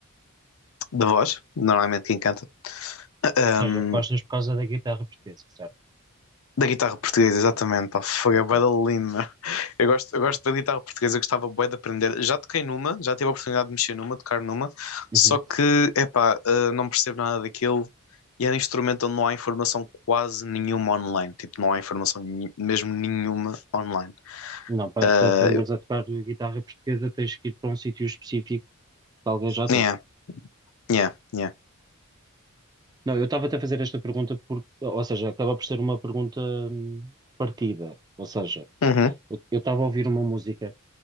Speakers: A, on the left; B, on the right.
A: da voz, normalmente quem canta. Ahm,
B: seja, gostas por causa da guitarra portuguesa, certo?
A: da guitarra portuguesa, exatamente. Pá, Fogo,
B: Ok.
A: é bué da Eu gosto, eu gosto
B: Yeah.
A: da guitarra portuguesa, gostava bué de aprender. Já toquei numa, já tive a oportunidade de mexer numa, tocar numa,
B: Uhum.
A: só que, epá, eh, não percebo nada daquilo e é um instrumento onde não há informação quase nenhuma online. Tipo, não há informação nenhu- mesmo nenhuma online.
B: Não, para,
A: Uh,
B: para aprenderes a tocar guitarra portuguesa tens que ir para um sítio específico que alguém já toca.
A: yeah, yeah, yeah.
B: Não, eu estava até a fazer esta pergunta, por, ou seja, acaba por ser uma pergunta hum, partida. Ou seja,
A: Uhum,
B: eu eu estava a ouvir uma música